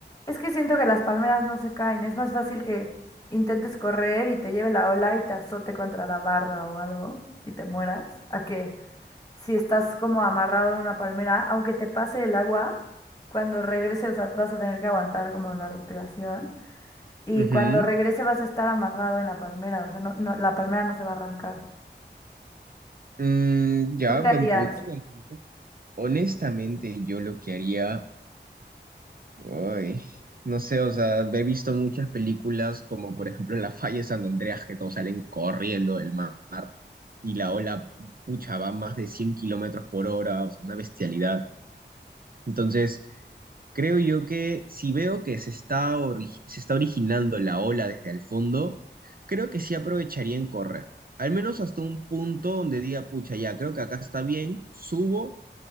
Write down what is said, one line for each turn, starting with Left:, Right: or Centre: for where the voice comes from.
Left: Es que siento que las palmeras no se caen, es más fácil que intentes correr y te lleve la ola y te azote contra la barda o algo y te mueras, a que si estás como amarrado en una palmera, aunque te pase el agua, cuando regreses, o sea, vas a tener que aguantar como la respiración. Y
Right: Ujú.
Left: cuando regrese vas a estar amarrado en la palmera, o sea, no, no, la palmera no se va a arrancar.
Right: Mm, ya,
Left: ¿Tú qué
Right: buen
Left: harías?
Right: punto, buen punto. Honestamente, yo lo que haría, uy, no sé, o sea, he visto muchas películas como por ejemplo en La Falla de San Andreas que todos salen corriendo del mar y la ola, pucha, va a más de 100 kilómetros por hora, o sea, una bestialidad. Entonces... Creo yo que si veo que se está, ori- se está originando la ola desde el fondo, creo que sí aprovecharía en correr. Al menos hasta un punto donde diga, pucha, ya, creo que acá está bien, subo